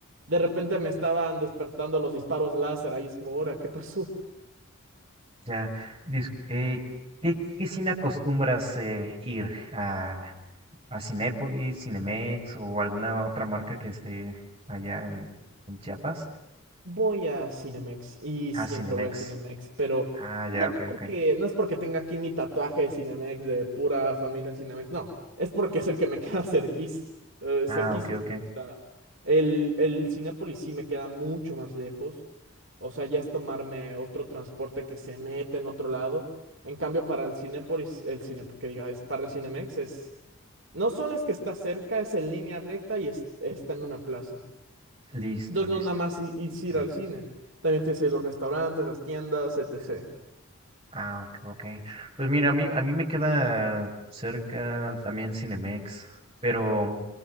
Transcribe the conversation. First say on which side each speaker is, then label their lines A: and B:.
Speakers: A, on the right (about 60°); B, on the right (about 25°).
A: De repente me estaban despertando los disparos láser. Ahí es como, ahora, ¿qué pasó?
B: Ya, dis- eh, ¿qué, qué cine acostumbras eh, ir a, a Cinépolis, Cinemex o alguna otra marca que esté allá en, en Chiapas?
A: Voy a Cinemex y
B: Ah,
A: siempre
B: Cinemex.
A: voy a Cinemex, pero
B: Ah, ya,
A: no es
B: ok,
A: porque,
B: ok.
A: no es porque tenga aquí mi tatuaje de Cinemex, de pura familia Cinemex, no, es porque es el que me <laughs> queda cerquís, eh,
B: Ah,
A: cerquísimo
B: ok, ok.
A: El, el Cinépolis sí me queda mucho más lejos. O sea, ya es tomarme otro transporte que se mete en otro lado. En cambio, para el Cinépolis, el cine, que diga, es para el Cinemex, es. No solo es que está cerca, es en línea recta y es- está en una plaza.
B: Listo,
A: Entonces,
B: listo.
A: no nada más i- es ir
B: Mm.
A: al cine. También tienes ahí los restaurantes, las tiendas, etc.
B: Ah, ok, ok. Pues mira, a mí, a mí me queda cerca también Cinemex, pero